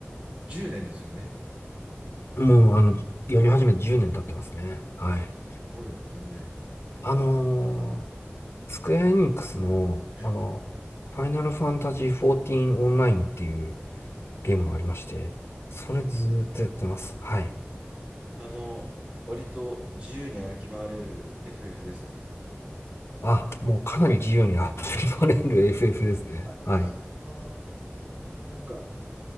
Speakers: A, on the right; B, on the left.
A: 10年ですよね。
B: もう、あの、やり始めて10年経ってますね。はい。
A: すごいですよね。
B: あのースクエアエニックスの、
A: はい。
B: あの、ファイナルファンタジー14オンラインっていうゲームがありまして、それずーっとやってます。はい。
A: あの、割と自由に歩き回れる FF ですか
B: あ、もうかなり自由に遊びまれる <laughs> FF ですね。
A: あれかな、
B: はい。
A: なんか、